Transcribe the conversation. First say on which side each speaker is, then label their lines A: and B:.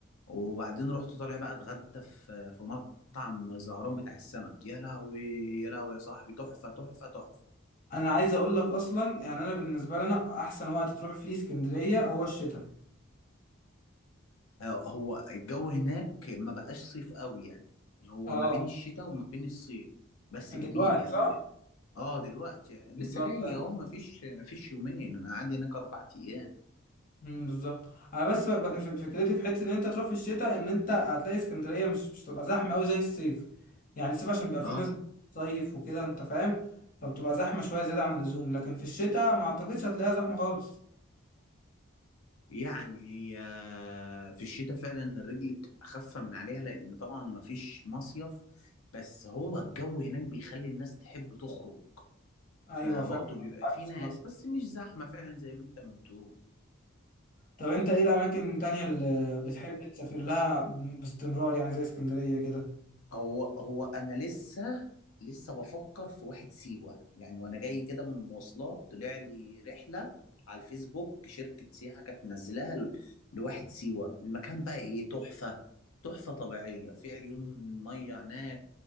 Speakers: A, on the left; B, on the left.
A: وبعدين رحت طالع بقى اتغدى في في مطعم زهران بتاع السمك يا لهوي يا لهوي يا صاحبي تحفة تحفة تحفة
B: انا عايز اقول لك اصلا يعني انا بالنسبه لنا احسن وقت تروح فيه اسكندريه هو الشتاء
A: آه، هو الجو هناك ما بقاش صيف قوي يعني يعني هو
B: اه
A: ما بين الشتاء وما بين الصيف بس
B: من
A: جميل
B: دلوقتي
A: يعني
B: صح
A: اه دلوقتي لسه
B: بالظبط
A: جاي اهو ما فيش ما فيش يومين انا قاعد هناك اربع ايام
B: امم بالظبط انا بس ببقى في- فكرتي في حته ان انت تروح في الشتاء ان انت هتلاقي اسكندريه مش مش تبقى زحمه قوي زي الصيف يعني الصيف عشان بيبقى فيه
A: اه
B: ناس بتصيف وكده انت فاهم فبتبقى زحمه شويه زياده عن اللزوم لكن في الشتاء ما اعتقدش هتلاقيها زحمه خالص
A: يعني هي في الشتاء فعلا الرجل بتبقى خفة من عليها لان طبعا ما فيش مصيف بس هو الجو هناك بيخلي الناس تحب تخرج
B: ايوه
A: فبرضه
B: فعلا
A: بيبقى
B: عندك حق
A: في
B: بصراحه
A: ناس بس مش زحمة فعلا زي ما انت ما بتقول
B: طب انت ايه الاماكن التانيه اللي بتحب تسافر لها باستمرار يعني زي اسكندريه كده
A: هو هو انا لسه لسه بفكر في واحد سيوه يعني وانا جاي كده من المواصلات طلع لي رحله على الفيسبوك شركه سياحه كانت منزلاها ل- لواحد سيوه المكان بقى ايه تحفه تحفه طبيعيه في عيون ميه هناك